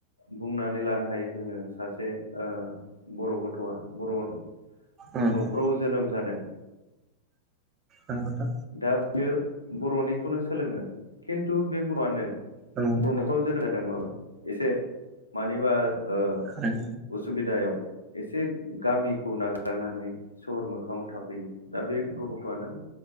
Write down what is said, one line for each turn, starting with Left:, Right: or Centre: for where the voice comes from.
Left: बुंनानै लानो हायो जोङो सासे ओ बर' गथ'आ बर'
Right: नंगौ
Left: न'खराव जोनोम जादों
Right: नंगौ नोंथां
Left: दा बियो बर'निखौनो सोलोंगोन खिन्थु बे गथ'आनो
Right: नंगौ
Left: बर' नखराव जोनोम जा दोंबाबो एसे मानिबा ओ
Right: थारैनो
Left: उसुबिदायाव एसे गामिखौ नागारनानै सहर मोखाङाव थाफैयो दा बे गथ'आनो